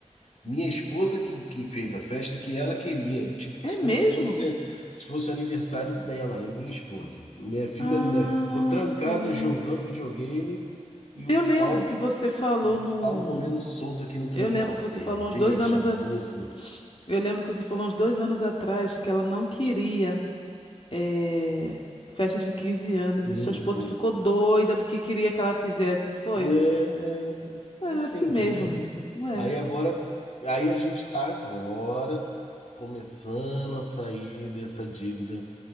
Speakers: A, on the left; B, on the left.
A: Minha esposa que, que fez a festa que ela queria, tipo,
B: é
A: como
B: mesmo?
A: se fosse se fosse o aniversário dela, da minha esposa. Minha filha
B: Ah,
A: minha, ficou trancada
B: sim.
A: jogando videogame e
B: Eu
A: o
B: lembro
A: pau
B: que você falou num.
A: Pau comendo solto aqui no quintal.
B: Eu lembro que
A: Cerveja,
B: você falou uns dois anos
A: música.
B: a... Eu lembro que você falou uns dois anos atrás que ela não queria. é, festa de quinze anos
A: hum,
B: e sua esposa ficou doida porque queria que ela fizesse, não foi?
A: hum. É,
B: É
A: é, é assim,
B: assim
A: entendeu?
B: mesmo, amigo. Não é.
A: Aí agora, aí a gente tá agora começando a sair dessa dívida.